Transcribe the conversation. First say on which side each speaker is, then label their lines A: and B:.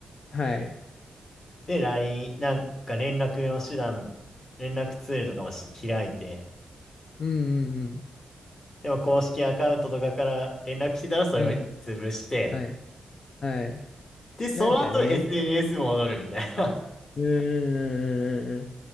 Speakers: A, on the left (about 45°); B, on the left (about 30°).
A: はい。
B: で、ラインなんか連絡の手段、連絡ツールとかもし開いて、
A: うんうん
B: でも公式アカウントとかから連絡来たらそれを潰して、
A: うん。うん。はい。はい。
B: で、その後
A: なんかね、
B: SNS 戻るみたいな。
A: うーん。